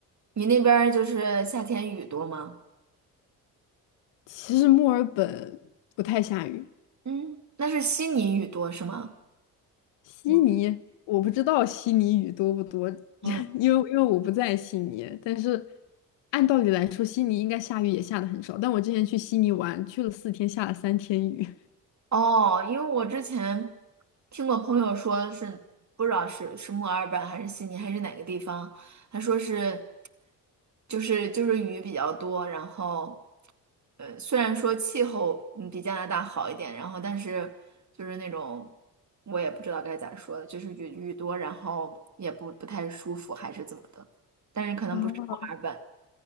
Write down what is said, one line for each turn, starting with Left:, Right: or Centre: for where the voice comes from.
Right: 你那边儿就是夏天雨多吗？
Left: 其实墨尔本不太下雨，
Right: 嗯，那是悉尼雨多是吗？
Left: 悉尼，
Right: 嗯
Left: 我不知道悉尼雨多不多，
Right: 嗯
Left: <laughs> 因为因为我不在悉尼。但是按道理来说，悉尼应该下雨也下的很少。但我之前去悉尼玩，去了四天，下了三天雨。<laughs>
Right: 哦，因为我之前听过朋友说是不知道是是墨尔本还是悉尼还是哪个地方，他说是就是就是雨比较多，然后呃虽然说气候嗯比加拿大好一点，然后但是就是那种我也不知道该咋说了，就是雨雨多，然后也不不太舒服还是怎么的，但是可能不是墨尔本
Left: 啊，